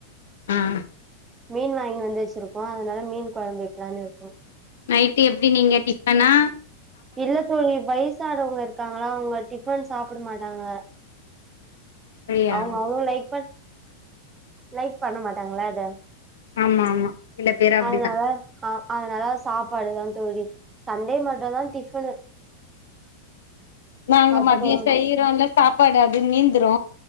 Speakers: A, on the left; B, on the right.
A: ம் ம்
B: மீன் வாங்கினு வந்து வச்சிருக்கோ அதனால மீன் கொழம்பு வைக்கலான்னு இருக்கோ
A: நைட்டு எப்டி நீங்க டிஃப்பனா
B: இல்ல தோழி வயசானவுங்க இருக்காங்கள அவுங்க டிஃபன் சாப்ட மாட்டாங்க
A: அப்டியா
B: அவுங்க அவ்ளோ லைக் பண் லைக் பண்ண மாட்டாங்களா அத
A: ஆமா ஆமா சில பேர் அப்டிதா
B: அதனால அ அதனால சாப்பாடுதா தோழி சண்டே மட்டுந்தா டிஃபனு
A: நாங்க
B: மத்த
A: மதியோ
B: டைம்
A: செய்றோல்ல சாப்பாடு அது மீந்துரு